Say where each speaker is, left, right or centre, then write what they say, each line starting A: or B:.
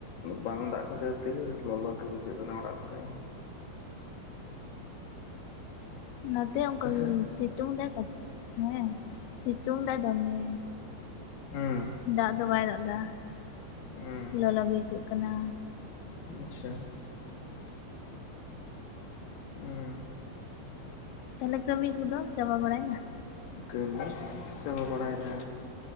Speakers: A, on the left; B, on the left.
A: ᱵᱟᱝ ᱫᱟᱜ ᱠᱷᱟᱹᱛᱤᱨ ᱛᱮᱜᱮ ᱞᱚᱞᱚ ᱜᱮ ᱵᱩᱡᱷᱟᱹᱜ ᱠᱟᱱᱟ ᱚᱲᱟᱜ ᱠᱚᱨᱮ
B: ᱱᱚᱛᱮ ᱚᱱᱠᱟ
A: ᱦᱮᱸᱥᱮ
B: ᱜᱮ ᱥᱤᱛᱩᱝ ᱫᱟᱭ ᱦᱮᱸ ᱥᱤᱛᱩᱝ ᱫᱟᱭ ᱫᱚᱢᱮ
A: ᱦᱩᱸ
B: ᱫᱟᱜ ᱫᱚ ᱵᱟᱭ ᱫᱟᱜ ᱫᱟ
A: ᱦᱩᱸ
B: ᱞᱚᱞᱚ ᱜᱮ ᱟᱹᱭᱠᱟᱹᱜ ᱠᱟᱱᱟ
A: ᱟᱪᱪᱷᱟ ᱦᱮᱸ
B: ᱛᱟᱦᱚᱞᱮ ᱠᱟᱹᱢᱤ ᱠᱚᱫᱚ ᱪᱟᱵᱟ ᱵᱟᱲᱟᱭᱮᱱᱟ
A: ᱠᱟᱹᱢᱤ ᱠᱚ ᱪᱟᱵᱟ ᱵᱟᱲᱟᱭᱮᱫᱟ